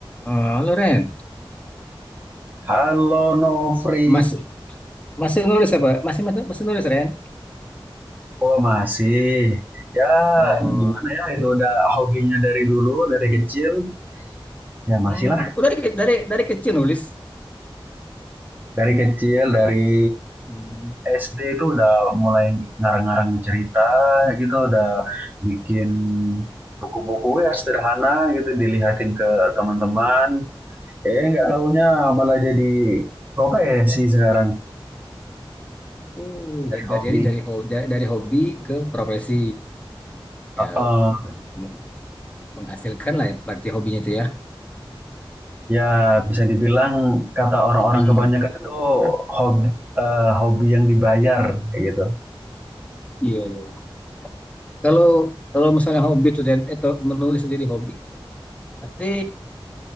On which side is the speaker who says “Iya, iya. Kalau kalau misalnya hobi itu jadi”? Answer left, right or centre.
Left